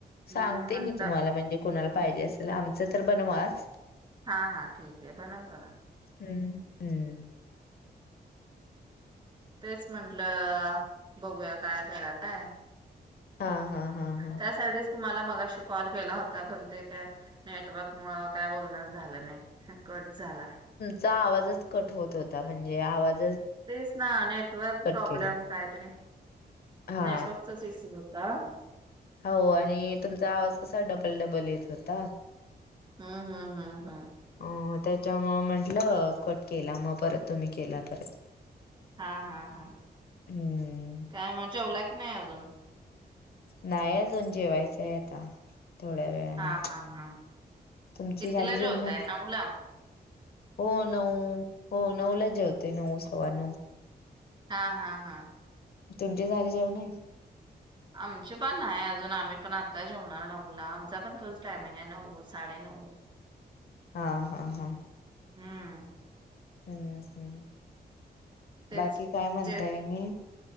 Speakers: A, on the right; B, on the left.
A: म्हणून
B: सांगते
A: म्हंटलं
B: मी तुम्हाला म्हणजे कोणाला पाहिजे असेल आम ते तर बनवाच
A: हा हा ठीकये बनवतो ना
B: हूं हूं
A: तेच म्हंटलं बघूया काय करायलाय.
B: हा हा हा हा
A: त्यासाठीच तुम्हाला मगाशी कॉल केला होता पण ते काय नेटवर्क मुळ काय बोलणच झालं नाय हा कट झाला
B: चा आवाजच कट होत होता म्हणजे आवाज
A: तेच ना नेटवर्क प्रॉब्लेम
B: केला
A: कायतरी
B: हा
A: नेटवर्कचाच इशू अ का <unintelligible>
B: हो आणि तुमचा आवाज कसा डबल डबल येत होता.
A: ह ह ह ह....
B: अ त्याच्यामुळ म्हंटलं कट केला म परत तुम्ही केला तर
A: हा हा हा
B: हम्म
A: काय म जेवला? की नाही अजून
B: नाही अजून जेवायचंय आता थोड्या वेळाने
A: हा हा हा
B: तुमची
A: कितीला
B: झाली जेवण
A: जेवताय? नऊला
B: हो नऊ हो नऊलाच जेवते नऊ सव्वा नऊ
A: हा हा हा
B: तुमची झाली जेवणे???
A: आमची पण नाही अजून आम्ही पण आता जेवणार नऊला आमचा पण तोच टायमिंग आहे नऊ साडे नऊ
B: हा हा हा
A: हम्म
B: हम्म हम्म
A: तेच
B: बाकी काय म्हणताय
A: जे
B: अनी???